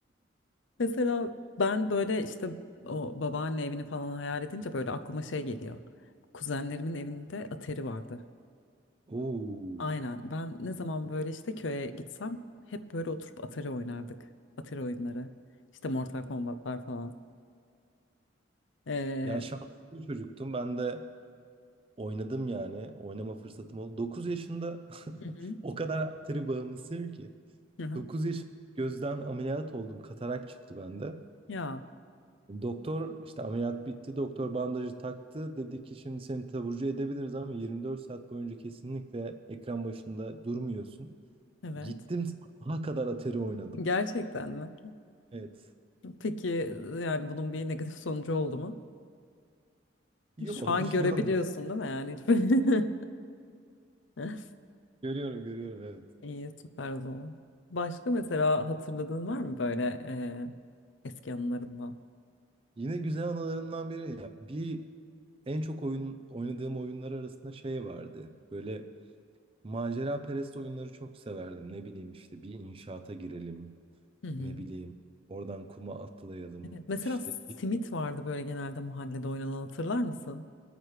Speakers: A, on the left; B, on the right.
A: Mesela ben böyle işte o babaanne evini falan hayal edince böyle aklıma şey geliyor. Kuzenlerimin evinde atari vardı.
B: Oo.
A: Aynen. Ben ne zaman böyle işte köye gitsem hep böyle oturup atari oynardık. Atari oyunları. İşte Mortal Kombat'lar falan. Ee,
B: Ya şanslı bir çocuktum. Ben de oynadım yani. Oynama fırsatım oldu. Dokuz yaşında
A: Hı hı.
B: <laughs> o kadar atari bağımlısıyım ki.
A: Hı hı.
B: dokuz yaşında gözden ameliyat oldum. Katarak çıktı bende.
A: Ya
B: Doktor işte ameliyat bitti. Doktor bandajı taktı. Dedi ki şimdi seni taburcu edebiliriz ama 24 saat boyunca kesinlikle ekran başında durmuyorsun.
A: evet.
B: Gittim sabaha kadar Atari oynadım.
A: Gerçekten mi?
B: Evet.
A: Peki yani bunun bir negatif sonucu oldu mu?
B: Yok
A: Şu an
B: bir şey
A: görebiliyorsun
B: olmadı.
A: değil mi yani? hiç- böyle- <laughs>
B: Görüyorum görüyorum evet.
A: İyi süper o zaman. Başka mesela hatırladığın var mı böyle e, eski anılarından?
B: Yine güzel anılarından biri ya bir en çok oyun oynadığım oyunlar arasında şey vardı. Böyle macera perest oyunları çok severdim. Ne bileyim işte bir inşaata girelim.
A: Hı hı.
B: Ne bileyim oradan kuma atlayalım.
A: Evet, mesela
B: İşte
A: simit vardı böyle genelde mahallede oynanan hatırlar mısın?